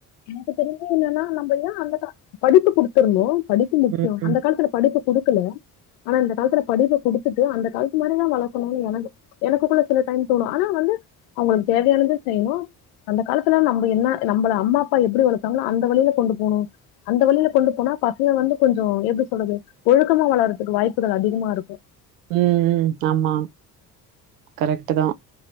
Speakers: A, on the left; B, on the right.
A: எனக்கு தெரிஞ்ச என்னன்னா நம்மனா அந்த மதிப்பு குடுத்திருந்தோ படிப்பு முக்கியோ
B: ம்
A: அந்த காலத்ல படிப்பு கொடுத்து ஆனா இந்த காலத்ல படிப்ப குடுத்துட்டு அந்த காலத்து மாரிதா வளக்கனு எனக்கு எனக்குகூட சில டைம் தோணு ஆனா வந்து அவுங்களுக்கு தேவயானத செய்யனு அந்த காலத்துல நம்ம என்ன நம்மள அம்மா அப்ப எப்டி வளர்த்தாங்களோ அந்த வழியில கொண்டு போனு அந்த வழியில கொண்டு போனா பசங்க வந்து கொஞ்சோ எப்டி சொல்றது ஒழுக்கமா வளறதுக்கு வாய்ப்புகள் அதிகமா இருக்கு
B: உம் ஆமா கரெக்ட்டு தா